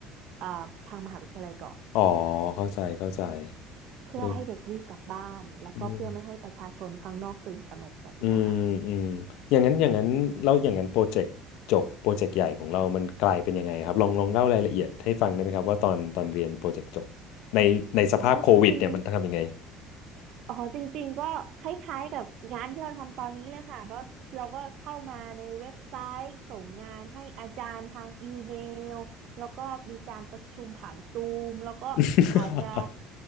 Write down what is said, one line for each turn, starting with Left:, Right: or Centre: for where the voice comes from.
Right: เอ่อทางมหาวิทยาลัยก่อน
Left: อ๋อเข้าใจเข้าใจ
Right: เพื่อให้เด็กรีบกลับบ้านแล้วก็เพื่อไม่ให้ประชาชนข้างนอกตื่นตระหนกแบบเนี้ยค่ะ
Left: เออเอออืมอืมอย่างนั้นอย่างนั้นแล้วอย่างนั้นโปรเจกต์จบโปรเจกต์ใหญ่ของเรามันกลายเป็นยังไงครับลองลองเล่ารายละเอียดให้ฟังได้ไหมครับว่าตอนตอนเรียนโปรเจกต์จบในในสภาพโควิดเนี่ยมันทำยังไง
Right: อ๋อจริงอ๋อจริงๆก็คล้ายๆกับงานที่เราทำตอนนี้เลยค่ะก็เราก็เข้ามาในเว็บไซต์ส่งงานให้อาจารย์ทางอีเมลแล้วก็มีการประชุมผ่านซูมแล้วก็อาจจะ
Left: <laughs>